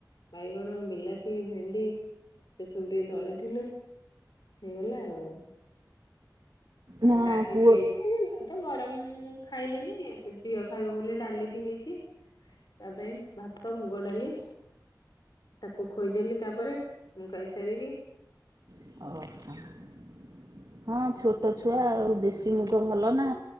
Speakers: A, on the left; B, on the right.
A: ବାଇଗଣ, ବିଲାତି, ଭେଣ୍ଡି ସେ ସବୁ ଟିକେ ଦଳି ଥିଲୁ ହେଇଗଲା ଆଉ।
B: ନା
A: ଆଉ ଡାଲି
B: ପୁଅ
A: ବି ହେଇଚି ଆଜି ବା ତ ଗରମ ଖାଇଲିନି ସେ ଝିଅ ଖାଇବ ବୋଲି ଡାଲି ବି ହେଇଚି। ତା ପାଇଁ ଭାତ, ମୁଗ ଡାଲି ତାକୁ ଖୋଇଦେଲି ତାପରେ ମୁଁ ଖାଇସାରିକି
B: ଓହୋ। ହଁ ଛୋଟ ଛୁଆ ଆଉ ଦେଶୀ ମୁଗ ଭଲ ନା।